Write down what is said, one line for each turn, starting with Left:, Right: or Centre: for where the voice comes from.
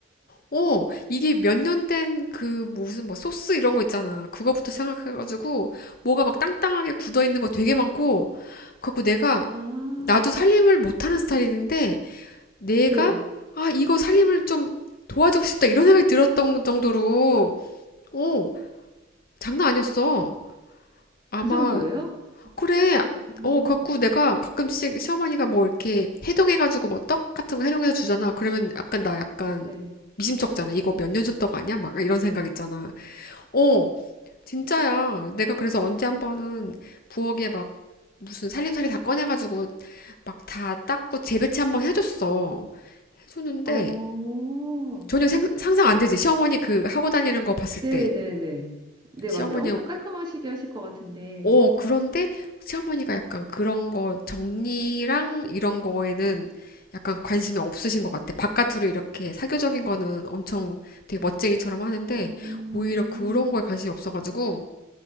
Left: 어, 이게 몇 년 된 그 무슨 뭐 소스 이런 거 있잖아. 그거부터 생각해가지고 뭐가 막 땅땅하게 굳어 있는 거 되게 많고, 그래갖고 내가
Right: 아,
Left: 나도 살림을 못하는 스타일인데 내가
Right: 네.
Left: 아 이거 살림을 좀 도와주고 싶다 이런 생각이 들었던 정도로 어 장난 아니었어. 아마
Right: 그 정도예요?
Left: 그래.
Right: 아, 어,
Left: 어, 갖고 내가 가끔씩 시어머니가 뭐 이렇게 해동해가지고 뭐 떡 같은 거 해동해서 주잖아. 그러면 약간 나 약간
Right: 네.
Left: 미심쩍잖아. 이거 몇 년 전 떡 아니야? 막 이런 생각 있잖아. 어, 진짜야. 내가 그래서 언제 한 번은 부엌에 막 무슨 살림살이 다 꺼내가지고 막 다 닦고 재배치 한번 해줬어. 해줬는데
Right: 어,
Left: 전혀 생- 상상 안 되지. 시어머니 그 하고 다니는 거 봤을
Right: 네,
Left: 때.
Right: 네, 네. 네,
Left: 시어머니
Right: 맞아요. 엄청 깔끔하시게 하실 것 같은데.
Left: 어, 그런데 시어머니가 약간 그런 거 정리랑 이런 거에는 약간 관심이 없으신 것 같아. 바깥으로 이렇게 사교적인 거는 엄청 되게 멋쟁이처럼 하는데
Right: 음,
Left: 오히려 그런 거에 관심이 없어가지고